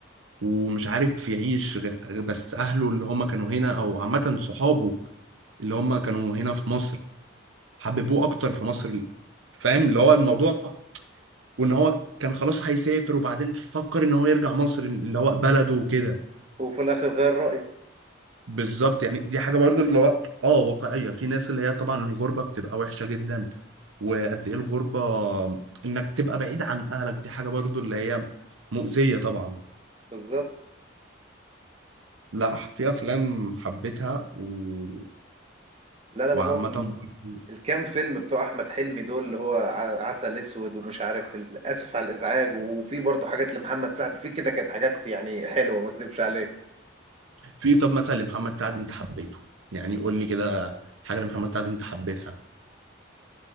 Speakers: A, on the right (about 80°); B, on the right (about 30°).
A: ومش عارف يعيش غ- بس أهله اللي هم كانوا هنا أو عامة صحابه اللي هم كانوا هنا في مصر حببوه اكتر في مصر فاهم اللي هو الموضوع وان هو كان خلاص هيسافر وبعدين فكر ان هو يرجع مصر اللي هو بلده وكده
B: وفي الاخر غير رأيه
A: بالظبط يعني دي حاجه برضو اللي هو اه واقعيه في ناس اللي هي طبعا الغربه بتبقى وحشه جدا وقد ايه الغربه انك تبقى بعيد عن اهلك دي حاجه برضو اللي هي مؤذيه طبعا
B: بالظبط
A: لا في افلام حبيتها و...
B: لا لا
A: وعامه
B: ما هو
A: برضو-
B: الكام فيلم بتوع احمد حلمي دول اللي هو ع- عسل اسود ومش عارف ال- اسف على الازعاج وفي برضه حاجات لمحمد سعد في كده كانت حاجات يعني حلوه ما اكذبش عليك
A: في طب مثلا لمحمد سعد انت حبيته يعني قول لي كده حاجه لمحمد سعد انت حبيتها